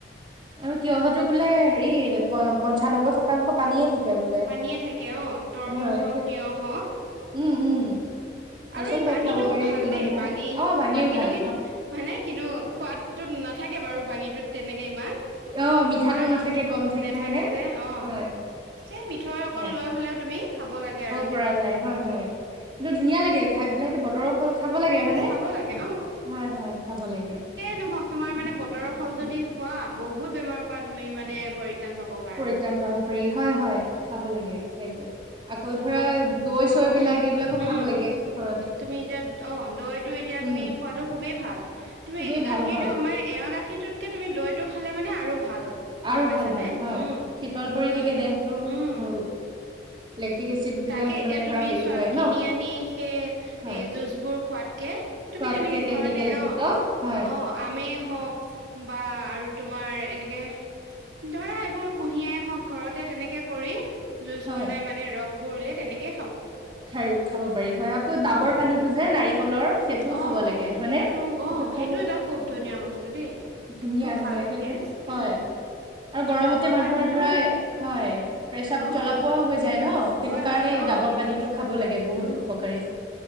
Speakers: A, on the right; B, on the right.
A: আৰু তিঁয়হতো বোলে, হেৰি প পঞ্চানব্বৈ শতাংশ পানীয়ে থাকে। বোলে।
B: পানীয়ে থাকে অ'! তৰমুজ
A: হয়
B: হওঁক,
A: সেই
B: তিয়হ হওঁক।
A: উম! উম! চোৱাচোন
B: আৰু এই
A: তাক
B: বাঙিটো
A: খাব পাৰিলে
B: ভাল
A: কিমান
B: দেই। বাঙি,
A: অ ভাঙিও
B: বাঙিটো
A: ভাল
B: কিন্তু, হয় নাই? কিন্তু সোৱাদতো নাথাকে বাৰু বাঙীত। ইমান,
A: অ মিঠাটো
B: তোমাৰ
A: নাথাকে কম থাকে
B: নেথাকে
A: হয়নে?
B: যে। অ'!
A: হয়।
B: সেই মিঠৈ অকন
A: সেয়া
B: লৈ হ'লেও তুমি, খাব লাগে আৰু সেইটো।
A: পৰা যায় হয়
B: উম'!
A: হয়। কিন্তু, ধুনীয়া লাগে খায় পেলাই। সেইটো বতৰৰ ফল খাব লাগে হয়নে?
B: খাব লাগে
A: হয়, হয়, খাব লাগে।
B: নহওঁক। তোমাৰ মানে, বতৰৰ ফল যদি খোৱা বহুত বেমাৰৰ পৰা তুমি মানে পাব পাৰা
A: পৰিত্ৰাণ পাব পাৰি। হয়, হয়, খাব লাগে। সেইটোৱে, আকৌ ধৰা
B: আৰু
A: দৈ
B: অ
A: চৈ বিলাক বিলাকো
B: উম
A: খাব লাগে। ঘৰ
B: তুমি এতিয়া অ'! দৈটো এতিয়া
A: উম
B: তুমি খোৱাটো খুবেই ভাল। তুমি,
A: খুবেই ভাল
B: গাখীৰটো
A: হয়।
B: মানে এ এৱা গাখীৰটোতকে তুমি দৈটো খালে মানে আৰু ভাল
A: আৰু
B: গম পাইছানে?
A: ভাল হয় হয়
B: উম'!
A: শীতল পৰি
B: দৈ
A: থাকে
B: টো
A: দেহটো
B: উম!
A: আৰু লেক্টিক এচিড বিলাক
B: তাকে, এতিয়া
A: মানে ধৰা
B: তুমি
A: হেৰি
B: চোৱা
A: হয়
B: কিনি
A: ন
B: আনি সেই,
A: হয়
B: এই, জুচ বোৰ খোৱাতকে। তুমি
A: খোৱাতকে
B: তেনেকে
A: কেমিকেল
B: ঘৰতে
A: যুক্ত
B: অ'!
A: হয়
B: অ'! আমে হওঁক বা আৰু তোমাৰ এনেকে ধৰা এইবোৰ কুঁহিয়াই হওঁক, ঘৰতে তেনেকে কৰি জুচ
A: হয়
B: বনাই মানে, ৰসবোৰ ওলাই তেনেকে।
A: খাইয়ো, খাব পাৰি। হয়, আকৌ ডাবৰ
B: উম
A: পানীতো যে নাৰিকলৰ সেইটোও
B: অ
A: খাব লাগে
B: সেইটোতো
A: হয়নে? সেইটো
B: অ
A: খালেও
B: এটা খুব ধুনীয়া বস্তু দেই।
A: ধুনীয়া
B: খুব
A: ধুনীয়া
B: ভালকে
A: সেইটোটো হয়।
B: উম
A: আৰু গৰমতে
B: ডাবৰ
A: মানুহৰ
B: পানীটো
A: ধৰা, হয়! প্ৰেচাৱ
B: অ
A: জ্বলা পোৰা হৈ যায় ন'। অ'! সেইটো
B: হয়
A: কাৰণে,
B: হয় অ
A: ডাবৰ পানীটো খাব লাগে বহুত
B: উম
A: উপকাৰী।